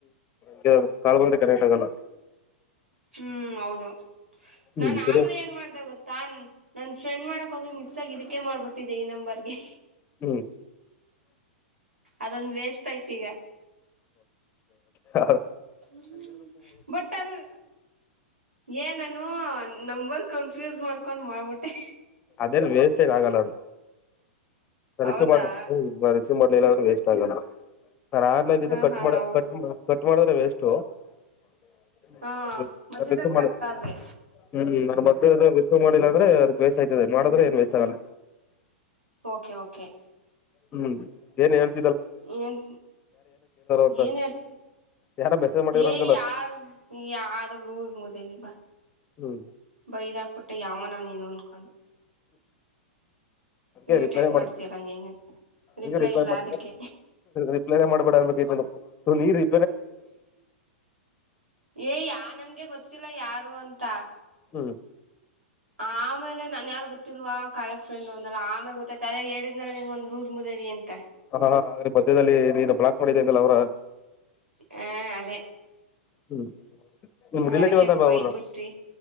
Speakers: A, on the left; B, on the right.
A: ಹ್ಮ್ ಕಾಲ್ ಬಂದ್ರೆ ಕನೆಕ್ಟ್ ಆಗಲ್ಲ.
B: ಹ್ಮ್ ಹೌದು.
A: ಹ್ಮ್
B: ನಾನ್
A: ಸರಿ
B: ಆಗ್ಲೇ ಏನ್ ಮಾಡ್ದ ಗೊತ್ತಾ ನನ್ ಫ್ರೆಂಡ್ ಮಾಡಕ್ ಹೋಗಿ ಮಿಸ್ ಸಾಗಿ ಇದಕ್ಕೆ ಮಾಡ್ಬಿಟ್ಟಿದೆ ಈ ನಂಬರ್ಗೆ.
A: ಹ್ಮ್
B: ಅದೊಂದು ವೇಸ್ಟ್ ಆಯ್ತು ಈಗ.
A: ಹೌ
B: ಹ್ಮ್ ಬಟ್ ಅಲ್ಲಿ, ಏ ನನೂ- ನಂಬರ್ ಕನ್ಫ್ಯೂಸ್ ಮಾಡ್ಕೊಂಡ್ ಮಾಡ್ಬಿಟ್ಟೆ.
A: ಅದೆೇನ್ ವೇಸ್ಟ್ ಏನ್ ಆಗಲ್ಲ ಅದು. ಮರಿಸು
B: ಹೌದಾ
A: ಮಾಡ್ ಹ್ಮ್ ಮರಿಸು ಮಾಡ <inaudible> ವೇಸ್ಟ್ ಆಗಲ್ಲ. ನ ಆಗ್ಲೇನೆ
B: ಹಾ
A: ಕಟ್
B: ಹಾ
A: ಮಾಡ
B: ಹೌ
A: ಕಟ್ ಮಾ ಕಟ್ ಮಾಡಿದ್ರೆ ವೇಸ್ಟು. ಹ್ಮ
B: ಹಾ ಮಧ್ಯದಲ್ಲಿ
A: ರಿಸ್ ಮಾಡಿ
B: ಕಟ್ ಆದ್ರೆ
A: ಹ್ಮ್ ನ ಮದ್ಯೆ ಏನಾ ರಿಸಿವ್ ಮಾಡಿಲ್ಲ ಅಂ ಸರಿ <inaudible> ದೆ ಮಾಡದ್ರೆ ಏನು ವೇಷ್ಟ್ ಆಗಲ್ಲ.
B: Okay okay.
A: ಹ್ಮ್ ಏನ್ ಹೇಳ್
B: ಏನ್
A: ಅಂತ
B: ಏನ್ ಹೇಳ್
A: ಯಾರ ಮೆಸೇಜ್ ಮಾಡಿದ್ರ
B: ಏ
A: ಅಂತಲ್ಲ
B: ಯಾರ್ ಯ್ದ ಲೂಸ್ ಮುದೇವಿ ಬಾ.
A: ಹೂಂ
B: ಬೈದ ಆಕ್ಬಿಟ್ಟೆ ಯಾವನೋ ನೀನು ಅಂದಕೊಂಡು.
A: ಈಗ
B: ಇರಿಟೇಟ್
A: ರಿಪ್ಲೈನ ಮಾಡ
B: ಮಾಡ್ತೀಯಲ್ಲ ಹಂಗೆ ಹಿಂಗೆ ಅಂತ
A: ಈಗ ರಿಪ್ಲೈ
B: ಇಲ್ಲ
A: ಮಾಡ
B: ಅದಕ್ಕೆ
A: ರಿಪ್ಲೈನೇ ಮಾಡ್ಬೇಡ <inaudible> ತೋ ನೀ ರಿ
B: ಏ ಯಾ ನನ್ಗೆ ಗೊತ್ ಗತ್ತಿಲ್ಲ ಯಾರು ಅಂತ.
A: ಹ್ಮ್
B: ಆಮೇಲೆ ನನ್ ಯಾರ ಗೊತ್ತಿಲ್ವಾ ಕರೆಕ್ ಫೆಂಡ್ ಒಂದ ಆಮೇಲೆ ಗೊತ್ತತ ಅದೇ ಎ ಹೇಳಿದನೆ ನಿನ್ಗ ಒಂದ ಲೂಸ್ ಮುದೇವಿ ಅಂತ
A: ಹಾ ಹ ಅಂದ್ರೆ ಮಧ್ಯದಲ್ಲಿ ನೀನು ಬ್ಲಾಕ್ ಮಾಡಿದ್ದೇ ಅ ಅವ್ರ
B: ಹ ಅದೇ
A: ಹ್ಮ್ ನಿಮ್ ರಿಲೇಟಿವ್
B: ಅದಕ್ಕೆ
A: ಅಂತಲ್ವಾ
B: ಬೈದ್
A: ಅವ್ರ
B: ಬಿಟ್ಟಿ